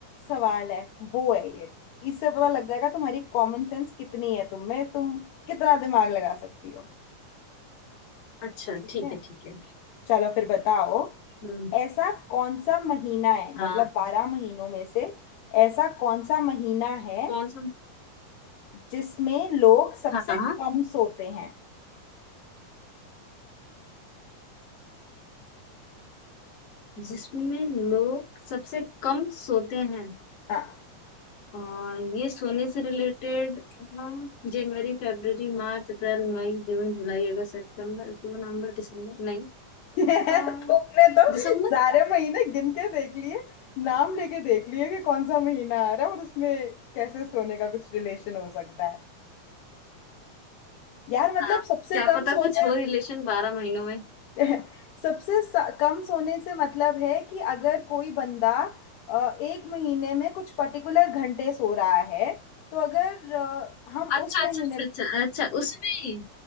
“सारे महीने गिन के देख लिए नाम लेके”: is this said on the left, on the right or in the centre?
Left